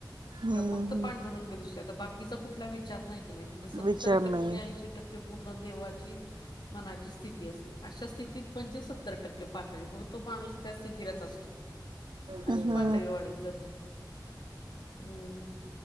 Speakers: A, on the right; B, on the left.
A: हम्म
B: किंवा फक्त पांडुरंग दिसतोय आता बाकीचा कुठला विचार नाही- म्हणजे सत्तर
A: विचार
B: टक्के,
A: नाही
B: ऐंशी टक्के- पूर्ण देवाची मनाची स्थिती असती अशा स्थितीत म्हणजे- सत्तर टक्के पातळी मग तो माणूस त्या स्थितीलाच असतो अशी
A: हम्म
B: पातळी वाढत जाते- हम्म